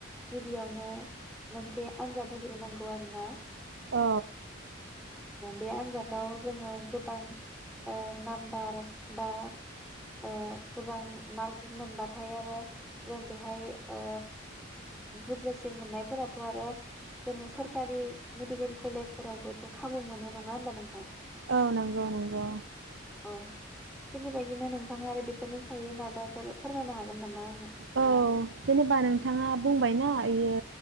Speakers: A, in the centre; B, on the right (about 70°).
A: गिबियावनो मोनसे आनजाद होग्रोनांगौ आरोना।
B: औ
A: बे आनजादाव जोङो गोबां ओ नाम्बार बा ओ गोबां मार्क मोनबाथाय आरो जों बेहाय ओ बुरजासिन मोननायफोराथ' आरो जोंनि सरकारि मेडिकेल कलेजफोरावबोथ' खाबु मोनो नङा होमबा नोंथां?
B: औ नंगौ नंगौ
A: औ थिग बेबायदिनो नों थाङा आरो बेफोरनि सायै माबाफोर फोरमायनो हागोन नामा?
B: औ जेनेबा नोंथाङा बुंबायना इयो